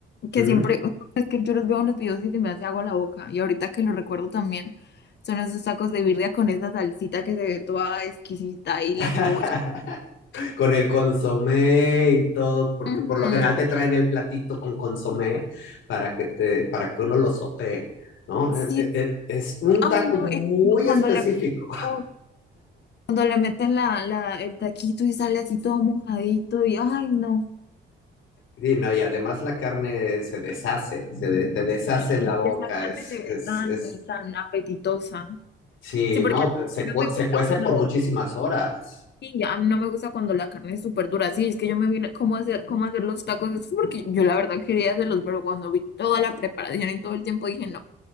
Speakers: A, on the left; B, on the left.
A: que
B: mm.
A: siempre, es que yo los veo en los videos y se me hace agua la boca. Y ahorita que lo recuerdo también, son esos tacos de birria con esa salsita que se ve toda exquisita y
B: <laughs>
A: la cebolla.
B: Con el consomé y todo, porque
A: Ujú.
B: por lo general te traen el platito con consomé para que te, para que uno lo sopee, ¿no?
A: Sí,
B: Es, es es un
A: ay
B: taco
A: no,
B: muy
A: es cuando cuando
B: específico.
A: le, oh, cuando le meten la, la, el taquito y sale así todo mojadito y ay no.
B: Sí, no, y además la carne se deshace, se de- te deshace
A: Sí,
B: en la boca,
A: esa carne
B: es,
A: se ve
B: es,
A: tan,
B: es,
A: tan apetitosa.
B: sí,
A: Sí, porque
B: no,
A: a
B: se,
A: mí no
B: cue-
A: me
B: se
A: gusta
B: cuece
A: cuando
B: por muchísimas horas.
A: sí ya, a mí no me gusta cuando la carne es súper dura. Sí, es que yo me vine cómo hacer, cómo hacer los tacos. Es porque yo la verdad quería hacerlos, pero cuando vi toda la preparación y todo el tiempo dije, no,